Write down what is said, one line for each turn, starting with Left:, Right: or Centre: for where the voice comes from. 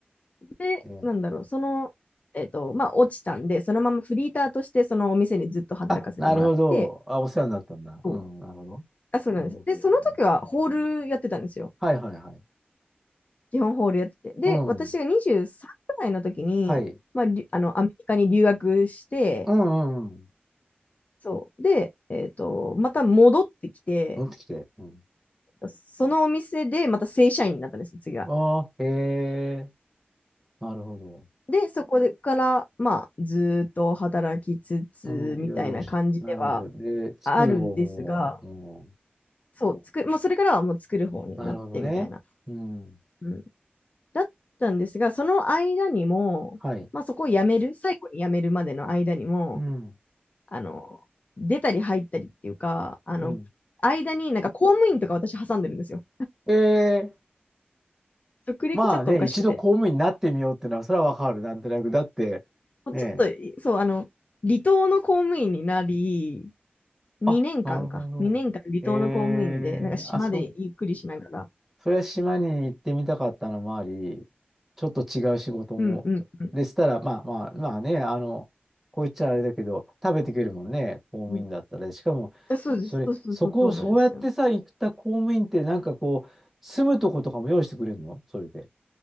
Left: で、
Centre: うん。ね、
Left: なんだろう、その、えっと、まあ、落ちたんで、そのままフリーターとして、そのお店にずっと働かせてもらって、
Centre: あ、なるほど。あ、お世話になったんだ。
Left: そう
Centre: うん、なるほど。
Left: あ、そうなんです。
Centre: うん。
Left: で、その時はホールやってたんですよ。
Centre: うんはいはいはい。
Left: 基本ホールやってて。で、
Centre: うん。
Left: 私が23くらいの時に、
Centre: はい。
Left: まあ、りあの、アメリカに留学して、
Centre: うんうんうん。
Left: そう。で、えっと、また戻ってきて、
Centre: 戻ってきて。うん。
Left: そのお店でまた正社員になったんですよ、次は。
Centre: ああ、へえ。なるほど。
Left: で、そこでから、まあ、ずーっと働きつつ、
Centre: うん、
Left: みたいな感じでは
Centre: いろいろしなるんで、で、作る方も、
Left: あるんですが、そう、作る、もうそれからはもう作る方になってみたいな。
Centre: うん、なるほどね。うん。
Left: うん。だったんですが、その間にも、
Centre: はい。
Left: まあそこを辞める、最後に辞めるまでの間にも、
Centre: うん。
Left: あの、出たり入ったりっていうか、あの、
Centre: うん。
Left: 間になんか公務員とか私挟んでるんですよ。
Centre: で、
Left: 職歴ちょっとおかしくて。
Centre: まあね、一度公務員になってみようってのは、それはわかる。なんとなく。だって、
Left: ちょっ
Centre: ねえ。
Left: と、そう、あの、離島の公務員になり、2年間かんか、
Centre: あ、なるほど。
Left: 2年間離島の公務員で、
Centre: えー、
Left: なんか島でゆっくりしながら、
Centre: あ、そうそれは島に行ってみたかったのもあり、ちょっと違う仕事も。
Left: うんうんうん
Centre: でしたら、まあまあ、まあね、あの、こう言っちゃあれだけど、食べてくれるもんね、公務員だったら。
Left: うん。
Centre: しかも、
Left: あ、そうです、
Centre: それ、
Left: そうそうそう、
Centre: そこをそうやってさ、
Left: そうなんですよ。
Centre: 行った公務員って、なんかこう、住むとことかも用意してくれるのそれで。